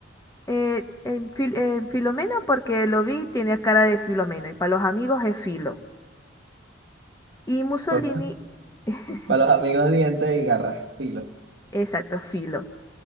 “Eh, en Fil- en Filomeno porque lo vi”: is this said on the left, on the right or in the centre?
Left